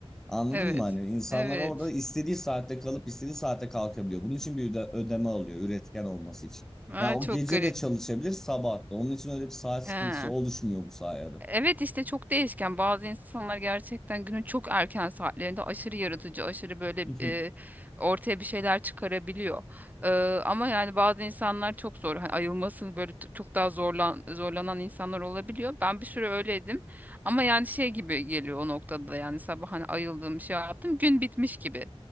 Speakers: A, in the centre; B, on the right.
A: Anladın
B: Evet.
A: mı? Hani insanlar
B: Evet.
A: orada istediği saatte kalıp istediği saatte kalkabiliyor. Bunun için bir öde- ödeme alıyor üretken olması için.
B: Aa,
A: Ya o
B: çok
A: gece
B: garip.
A: de çalışabilir sabah da. Onun için öyle bir saat
B: He.
A: sıkıntısı oluşmuyor bu sayede.
B: Evet işte çok değişken. Bazı insanlar gerçekten günün çok erken saatlerinde aşırı yaratıcı, aşırı böyle
A: <laughs>
B: e, ortaya bir şeyler çıkarabiliyor. E, ama yani bazı insanlar çok zor. Hani ayılması böyle t- çok daha zorlan zorlanan insanlar olabiliyor. Ben bir süre öyleydim. Ama yani şey gibi geliyor o noktada da yani sabah hani ayıldım şey yaptım gün bitmiş gibi.